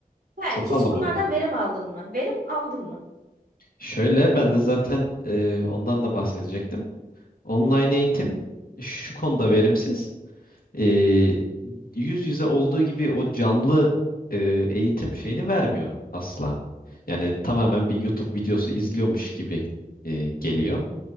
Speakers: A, on the right (about 85°); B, on the left (about 75°).
A: He,
B: Çok
A: hiç
B: aldım
A: bunlardan
B: hem de.
A: verim aldın mı? Verim aldın mı?
B: Şöyle ben de zaten e, ondan da bahsedecektim. Online eğitim şu konuda verimsiz. E, yüz yüze olduğu gibi o canlı e, eğitim şeyini vermiyor asla. Yani tamamen bir YouTube videosu izliyormuş gibi e, geliyor.